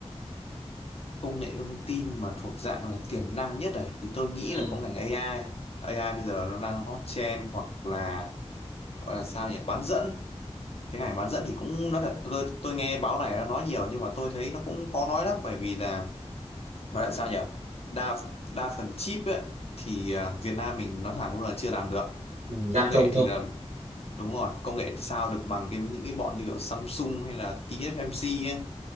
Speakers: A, on the left; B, on the right.
A: công nghệ thông tin mà thuộc dạng là tiềm năng nhất này thì tôi nghĩ
B: ừ,
A: là có ngành AI AI bây giờ nó đang hot trend hoặc là gọi là sao nhỉ bán dẫn cái ngành bán dẫn thì cũng nói thật tôi tôi nghe báo này nó nói nhiều nhưng mà tôi thấy nó cũng khó nói lắm bởi vì là nói là sao nhỉ đa đa phần chip ấy, thì à, Việt Nam mình nói thẳng luôn là chưa làm được
B: ừ, gia
A: công nghệ
B: công thôi
A: thì là đúng rồi công nghệ thì sao được bằng cái những cái bọn như kiểu Samsung hay là TSMC ấy